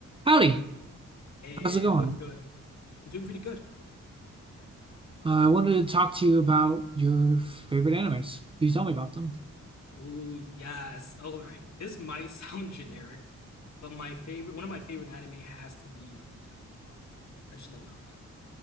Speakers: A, on the right; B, on the left.
A: Howdy,
B: Hey,
A: how's it going?
B: what's good? I'm doing pretty good.
A: Uh, I wanted to talk to you about your favorite animes. Could you tell me about them?
B: Ooh, yes. All right. This might <laughs> sound generic, but my favorite, one of my favorite anime has to be Naruto. I just love Naruto,